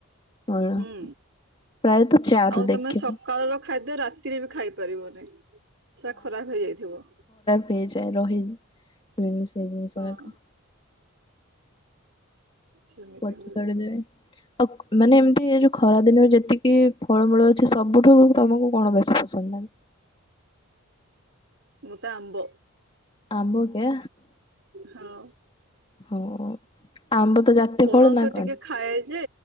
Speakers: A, on the left; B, on the right.
A: ପ୍ରାୟତଃ
B: ହୁଁ।
A: ଚାରୁ
B: ଆଉ
A: ଦେଖିବୁ।
B: ତମେ ସକାଳର ଖାଦ୍ୟ ରାତିରେ ବି ଖାଇ ପାରିବନି ସେଟା ଖରାପ ହେଇଯାଇଥିବ।
A: ଫ୍ରିଜ୍ ରେ ରହି ସେଇ ଜିନିଷ
B: ହଁ
A: ରାଙ୍କ
B: ସେମିତି
A: ପଚି
B: ହୁଏ
A: ସଢି ଯାଏ ଆଉ ମାନେ ଏମିତି ଏ ଯୋଉ ଖରା ଦିନରେ ଯେତିକି କି ଫଳମୂଳ ଅଛି ସବୁଠୁ ତମକୁ କଣ ବେଶୀ ପସନ୍ଦ ଲାଗେ?
B: ମତେ ଆମ୍ବ।
A: ଆମ୍ବ କେ
B: ହଁ।
A: ହଉ ଆମ୍ବ ତ ଜାତୀୟ
B: ପଣସ
A: ଫଳ ନା କଣ?
B: ଟିକେ ଖାଏ ଯେ